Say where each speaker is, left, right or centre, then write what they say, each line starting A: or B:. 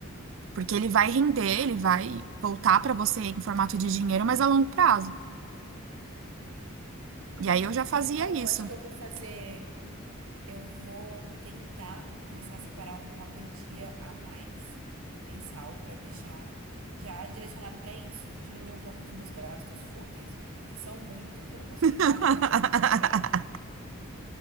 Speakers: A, on the right; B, on the right.
A: porque ele vai render, ele vai voltar para você em formato de dinheiro, mas a longo prazo.
B: Hum,
A: E aí eu
B: muito
A: já fazia
B: bom.
A: isso.
B: Eu acho que eu vou fazer. Eu vou tentar começar a separar um- uma quantia a mais mensal para deixar já direcionado para isso. Vou diminuir um pouco dos meus gastos fúteis, que são muitos, eu não posso
A: <laughs>
B: ver nada <laughs> que eu quero comprar,